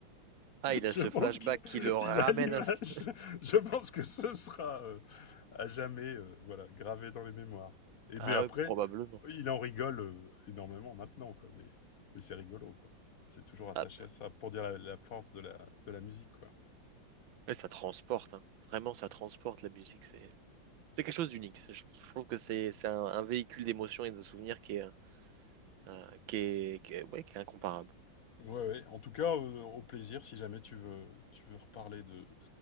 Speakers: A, on the right; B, on the left.
A: Ah, il
B: je
A: a ce
B: pense
A: flashback
B: qu'il
A: qui le ramène
B: il a l'image.
A: à... ce-
B: Je pense que ce sera euh, à jamais euh, voilà, gravé dans les mémoires.
A: <laughs>
B: Et
A: Ah
B: mais après,
A: ouais, probablement.
B: il en rigole euh, énormément maintenant, quoi. Mais, mais c'est rigolo, quoi. C'est toujours attaché
A: Ah,
B: à ça pour dire la, la force de la, de la musique, quoi.
A: mais ça transporte, hein. Vraiment, ça transporte la musique. C'est c'est quelque chose d'unique. Je, je trouve que c'est c'est un, un véhicule d'émotions et de souvenirs qui est, euh, qui est, qui est- ouais, qui est incomparable.
B: Ouais, ouais. En tout cas, euh, au plaisir, si jamais tu veux, tu veux reparler de,